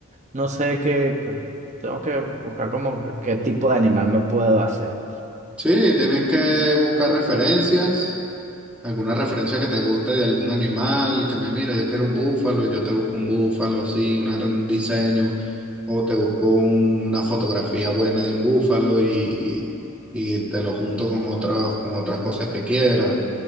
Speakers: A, on the right; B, in the centre.
A: no sé qué, qué- tengo que buscar como que- qué tipo de animal me puedo hacer.
B: Sí, tienes que buscar referencias. ¿Alguna referencia que te guste de algún animal? Que me mira, yo quiero un búfalo, y yo te busco un búfalo así, una- un diseño, o te busco un- una fotografía buena de un búfalo y, y te lo junto con otras, con otras cosas que quieras.